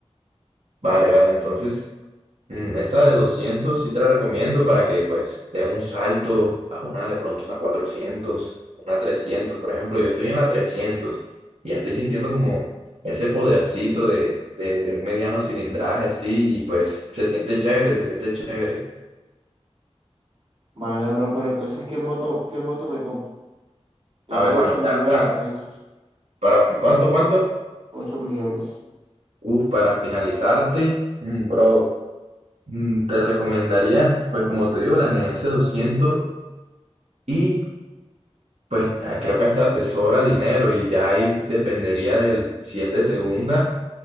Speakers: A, on the right (about 85°); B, on the right (about 60°).
A: Vale, vale, entonces. Mm, Esta de 200 sí te la recomiendo para que pues des un salto a una de pronto una cuatrocientos una trescientos Por ejemplo, yo estoy en la 300 y ya estoy sintiendo como ese podercito de, de, de un mediano cilindraje así y pues se siente chévere, se siente chévere.
B: Vale, bro, pero entonces, ¿qué moto, qué moto me compro? Tengo
A: A ver, bueno,
B: 8 millones
A: ya para,
B: de pesos,
A: para ¿cuánto, cuánto?
B: 8 millones.
A: Uf, para finalizarte, mm, bro, mm, te recomendaría pues como te digo la N S 200 y Pues ah, creo que hasta te sobra dinero y ya ahí dependería del si es de segunda,